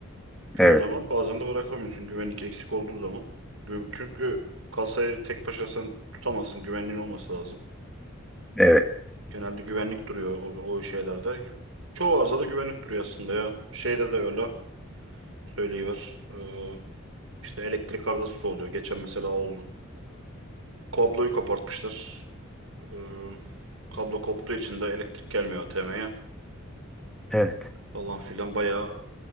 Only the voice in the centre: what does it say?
Evet,
evet,
evet,